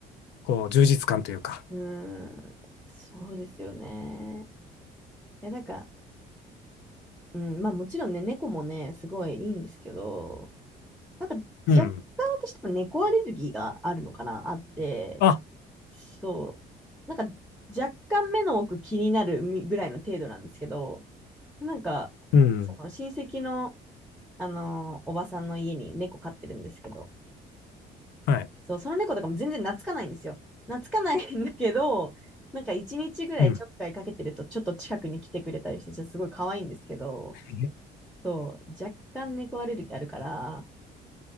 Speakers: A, on the left; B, in the centre.
A: こう、充実感というか。
B: うん、うん。うーん、そうですよね。いや、なんか、うん、まあもちろんね、猫もね、すごいいいんですけど、なんか若干私多分猫アレルギーがあるのかな、
A: うん。
B: あって、
A: あ、
B: そう。なんか若干目の奥気になるみぐらいの程度なんですけど、なんか、
A: うん。
B: その親戚の、あのーおばさんの家に猫飼ってるんですけど、
A: はい。
B: そう、その猫とかも全然懐かないんですよ。懐かないんだけど、なんか一日ぐらいちょっかいかけてるとちょっと近くに来てくれたりして、
A: うん。
B: ちょっとすごい可愛いんですけど、
A: え
B: そう、若干猫アレルギーあるから、っ